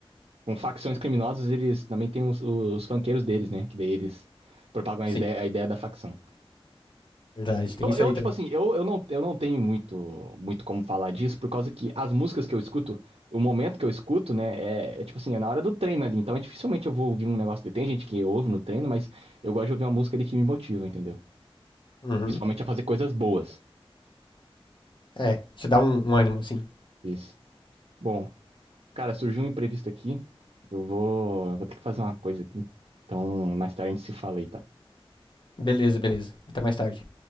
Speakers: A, on the right; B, on the left.
A: com facções criminosas, eles também têm os, os funkeiros deles, né? Que daí eles propagam
B: Sim,
A: a ideia, a ideia da facção.
B: verdade, tem
A: Eu,
B: isso
A: eu,
B: aí também.
A: tipo assim, eu, eu, não, eu não tenho muito, muito como falar disso, por causa que as músicas que eu escuto, o momento que eu escuto, né, é, é, tipo assim, é na hora do treino ali. Então, é, dificilmente eu vou ouvir um negócio de. Tem gente que ouve no treino, mas eu gosto de ouvir uma música ali que me motiva, entendeu?
B: Uhum.
A: Principalmente a fazer coisas boas.
B: É, te dá um, um ânimo, assim.
A: Isso. Bom, cara, surgiu um imprevisto aqui. Eu vou, eu vou ter que fazer uma coisa aqui. Então, mais tarde a gente se fala aí, tá?
B: Beleza, beleza. Até mais tarde.